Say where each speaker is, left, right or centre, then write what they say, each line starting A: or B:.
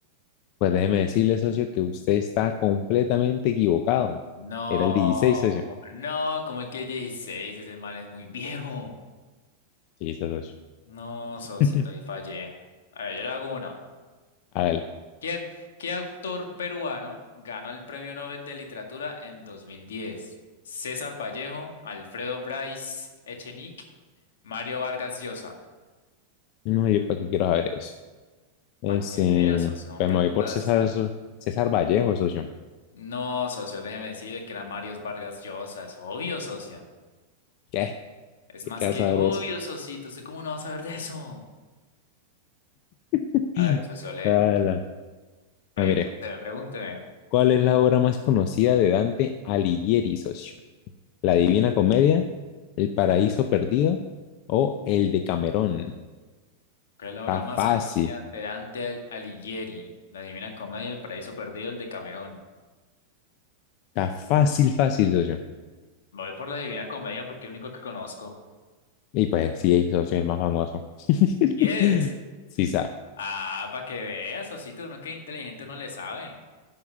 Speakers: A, on the left; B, on the left.
A: Pues déjeme decirle, socio, que usted está completamente equivocado.
B: No,
A: Era el dieciséis socio.
B: no, como que 16 ese man es muy viejo.
A: Sí, está, socio.
B: No, socito,
A: <laughs>
B: ahí fallé. A ver, yo le hago uno.
A: Hágale.
B: ¿Qué, ac- qué autor peruano ganó el Premio Nobel de Literatura en 2010? César Vallejo, Alfredo Bryce Echenique, Mario Vargas Llosa.
A: No, yo para qué quiero saber eso. Es,
B: Para que
A: eh,
B: veas, socio, son
A: pues
B: preguntas.
A: me voy por César, so- César Vallejo, socio.
B: No, socio, déjeme decirle que era Mario Vargas Llosa. Es obvio, socio.
A: ¿Qué?
B: Es
A: ¿Qué
B: más
A: queda
B: que
A: saber
B: obvio,
A: eso?
B: socito. ¿Usted cómo no va a saber de eso?
A: <laughs>
B: A ver, socio, le
A: Ala.
B: pregúnteme,
A: Ah, mire,
B: pregúnteme.
A: ¿cuál es la obra más conocida de Dante Alighieri, socio? La Divina Comedia, El Paraíso Perdido o El de Camerón.
B: ¿Cuál es la
A: Está
B: obra más
A: fácil,
B: conocida de Dante Al- Alighieri? La Divina Comedia, El Paraíso Perdido, el de Camerón.
A: está fácil, fácil, socio.
B: Me voy por la Divina Comedia porque es el único que conozco.
A: Y pues sí, socio es el más famoso. <laughs>
B: Yes.
A: Sí, sa.
B: Ah, para que veas, Osito, uno que es inteligente no le sabe.